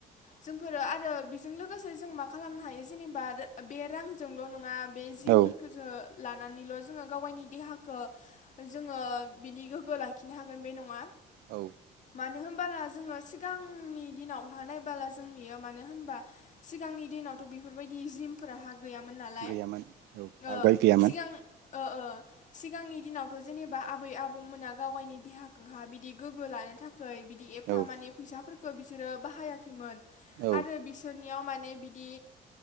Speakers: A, on the left (about 45°); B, on the right (about 80°).
A: जोंफोरो आरो बेजों लोगोसे जों मा खालामनो हायो जेनेबा बे रांजोंल' नङा बे जिमफोरखो
B: औ
A: जो लानानैल' जोङो गाव गायनि देहाखो जोङो बिनि गोग्गो लाखिनो हागोन बे नङा
B: औ
A: मानो होनबाला जोङो सिगांनि दिनाव हा नायबोला जों नुयो मानो होनबा सिगांनि दिनावथ' बेफोरबायदि जिमफोराहा गैयामोन नालाय
B: गैयामोन औ
A: ओ
B: आवगाय गैया
A: सिगां ओ ओ सिगांनि दिनावथ' जेनेबा आबै आबौमोना गाव गायनि देहाखोहा बिदि गोग्गो लानो थाखाय खै बिदि एफा
B: औ
A: माने फैसाफोर खो बिसोरो बाहायाखैमोन
B: औ
A: आरो बिसोरनियाव माने बिदि